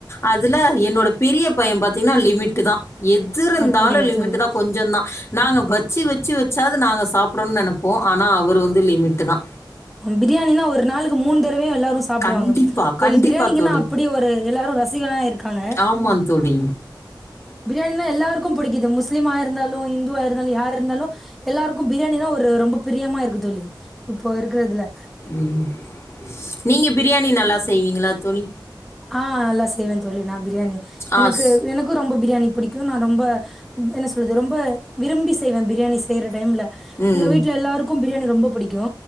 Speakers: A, on the left; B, in the centre.
A: அதுல என்னோட பெரிய பைய பாத்தீங்கன்னா லிமிட்டு தா எது இருந்தாலு
B: அப்டியா
A: லிமிட்டு
B: தோழி
A: தா கொஞ்சு தா நாங்க வெச் வெச்சி வெச்சி வெச்சாவது நாங்க சாப்படோன்னு நெனப்போ ஆனா அவரு வந்து லிமிட்டு தா
B: பிரியாணினா ஒரு நாளுக்கு மூனு தடவையு எல்லாரு சாப்பிடுவாங்க
A: கண்டிப்பாக
B: தோளி
A: கண்டிப்பாக
B: பிரியாணிக்கென்னா
A: தோழி
B: அப்படி ஒரு எல்லாரு ரசிகனா இருக்காங்க
A: ஆமாந் தோளி
B: பிரியாணி நா எல்லாருக்கு புடிக்குது முஸ்லிம் ஆ இருந்தாலு இந்து வா இருந்தாலு யாரு இருந்தாலு எல்லாருக்கு பிரியாணி நா ஒரு ரொம்ப பிரியமா இருக்கு தோளி இப்போ இருக்கறதுல
A: உம் நீங்க பிரியாணி நல்லா செய்வீங்களா தோளி
B: ஆ நல்லா செய்வேன் தோளி நா பிரியாணி எனக்கு
A: ஆ ஸ்
B: எனக்கு ரொம்ப பிரியாணி பிடிக்கு நா ரொம்போ என்ன சொல்லறது ரொம்ப விரும்பி செய்வே பிரியாணி செய்யிற டைம்ல
A: ம்.
B: எங்க வீட்ல எல்லாருக்கு பிரியாணி ரொம்போ புடிக்கு